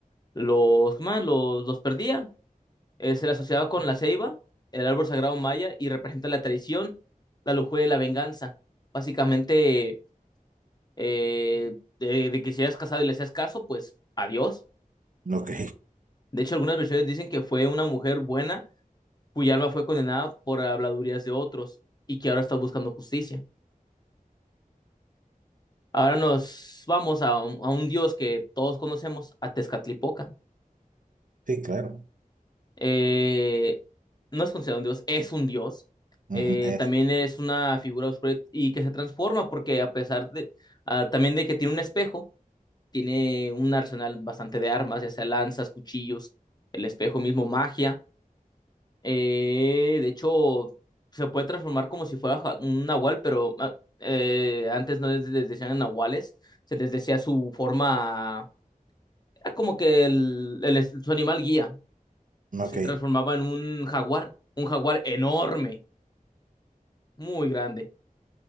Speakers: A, on the left (about 30°); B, on the right (about 65°).
A: los, ¿cómo se llama? los, los perdía. Eh, se le asociaba con la ceiba, el árbol sagrado maya, y representa la traición, la lujuria y la venganza. Básicamente, eh, de, de que si eras casado y le hacías caso, pues adiós.
B: Ok,
A: De hecho, algunas versiones dicen que fue una mujer buena cuya alma fue condenada por habladurías de otros y que ahora está buscando justicia. Ahora nos vamos a, un a un dios que todos conocemos, a Tezcatlipoca.
B: sí, claro.
A: Eh, no es considerado un dios, es un dios.
B: Ujú,
A: Eh,
B: eso,
A: también
B: Dios.
A: es una figura oscura y que se transforma porque a pesar de, ah, también de que tiene un espejo, tiene un arsenal bastante de armas, ya sea lanzas, cuchillos, el espejo mismo, magia. Eh, de hecho, se puede transformar como si fuera ja- un nahual, pero ah, eh, antes no les les decían nahuales, se les decía su forma, era como que el, el- su animal guía
B: Ok,
A: se transformaba en un jaguar, un jaguar enorme, muy grande.